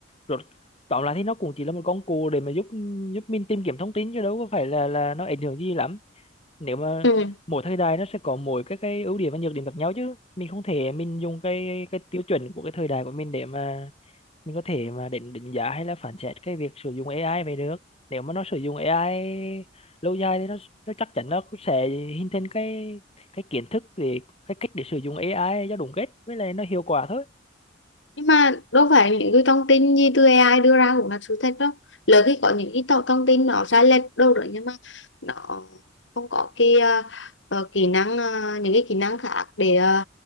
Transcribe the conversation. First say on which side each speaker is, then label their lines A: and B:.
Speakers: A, on the left; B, on the left.
A: rốt tóm lại thì nó cũng chỉ là một công cụ để mà giúp giúp mình tìm kiếm thông tin chứ đâu có phải là là nó ảnh hưởng gì lắm nếu mà
B: ừ
A: mỗi thời đại nó sẽ có mỗi cái cái ưu điểm và nhược điểm khác nhau chứ mình không thể mình dùng cái cái tiêu chuẩn của cái thời đại của mình để mà mình có thể mà định định giá hay là phán xét cái việc sử dụng AI về được nếu mà nó sử dụng AI lâu dài thì nó nó chắc chắn nó cũng sẽ hình thành cái cái kiến thức về cái cách để sử dụng AI cho đúng cách với lại nó hiệu quả thôi
B: nhưng mà đâu phải những cái thông tin gì từ AI đưa ra cũng là sự thật đâu lỡ khi có những cái thông thông tin nó sai lệch đâu rồi nhưng mà nó không có cái ờ, ờ, kỹ năng ờ, những cái kỹ năng khác để ờ,